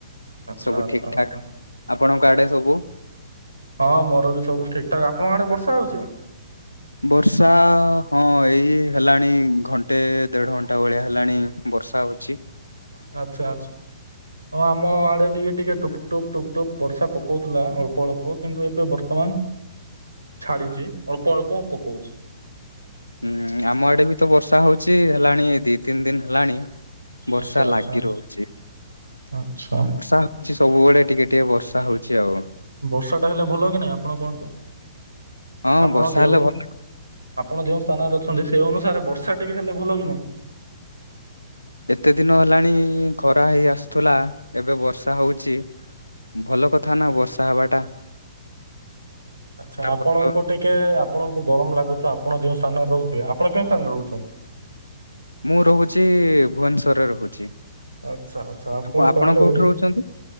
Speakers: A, on the right; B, on the left.
A: ଆଚ୍ଛା
B: ସବୁ
A: ଆଚ୍ଛା
B: ଠିକ
A: ଆଚ୍ଛା।
B: ଠାକ୍ ଆପଣଙ୍କ ଆଡେ ସବୁ?
A: ହଁ ମୋର ବି ସବୁ ଠିକ ଠାକ୍ ଆପଣଙ୍କ ଆଡେ ବର୍ଷା ହଉଛି?
B: ବର୍ଷା ହଁ ଏଇ ହେଲାଣି ଘଣ୍ଟେ ଦେଢ ଘଣ୍ଟା ଭଳିଆ ହେଲାଣି ବର୍ଷା। ଚି।
A: ଆଚ୍ଛା ଆଛା। ହଁ ଆମ ଆଡେ ଟିକେ ଟିକେ ଟୁପ ଟୁପ ଟୁପ ଟୁପ୍ ବର୍ଷା ପକଉଥିଲା ଅଳ୍ପ ଅଳ୍ପ କିନ୍ତୁ ଏବେ ବର୍ତ୍ତମାନ ଛାଡିଛି ଅଳ୍ପ ଅଳ୍ପ ପକଉଛି।
B: ହୁଁ ଆମ ଆଡେ ବି ତ ବର୍ଷା ହଉଚଛି ହେଲାଣି ଦି ତିନି ଦିନ ହେଲାଣି। ବର୍ଷା
A: ଆଚ୍ଛା
B: ଲାଗି
A: ଆଚ୍ଛା।
B: ରହୁଛି
A: ଆଚ୍ଛା
B: ବର୍ଷା କିଛି ସବୁବେଳେ ଟିକେ ଟିକେ ବର୍ଷା ହଉଛି ଆଉ।
A: ବର୍ଷା ଟା ହେଲେ ଭଲ କି ନାଇଁ ଆପଣ କୁହନ୍ତୁ?
B: ହଁ
A: ଆପଣ
B: ବର୍ଷା
A: ଯେଉଁ
B: ହେଲେ ଭଲ।
A: ଆପଣ ଯେଉଁ ସ୍ଥାନରେ ଅଛନ୍ତି ସେ ଅନୁସାରେ ବର୍ଷା ଟିକେ ହେଲେ ଭଲ କି ନାହିଁ?
B: ଏତେ ଦିନ ହେଲାଣି ଖରା ହେଇ ଆସୁଥିଲା ଏବେ ବର୍ଷା ହଉଛି। ଭଲ କଥା ନା ବର୍ଷା ହେବାଟା।
A: ଆଚ୍ଛା ଆପଣଙ୍କୁ
B: ଭଲ
A: ଟିକେ ଆପଣଙ୍କୁ ଗରମ ଲାଗୁଥିବ ଆପଣ ଯୋଉ ସ୍ଥାନରେ ରହୁଥିବେ ଆପଣ କେଉଁ ସ୍ଥାନରେ ରହୁଛନ୍ତି?
B: ମୁଁ ରହୁଛି ଭୁବନେଶ୍ଵରରେ ରହୁଛି।
A: ଆଚ୍ଛା ଆଚ୍ଛା ଆପଣ
B: ଆପ
A: ତାହେଲେ
B: କୋଉଠି
A: ଓଡି
B: ରହୁଛନ୍ତି?